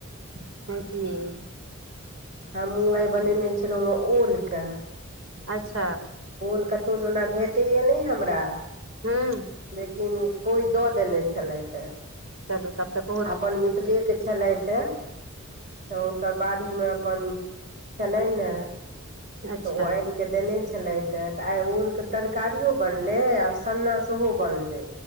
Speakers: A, on the right; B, on the right.
A: <unintelligible>
B: हमहुँ आए बनेने छलौ है ओल कऽ
A: अच्छ
B: ओल कतौ स ओना भेटैए नै हमरा
A: <unintelligible>
B: लेकिन कोइ दऽ देने छलैत है
A: चलू तब तऽ भो
B: अपन मिथिलेकेँ छलैथ तऽ <inaudible> तऽ हुनका बाड़ी में अपन छलैन है
A: अच्छा अच्छा
B: तऽ ओ आन केँ देने छलैत तऽ आइ ओल कऽ तरकारियो बनलै आ सन्ना सेहो बनलै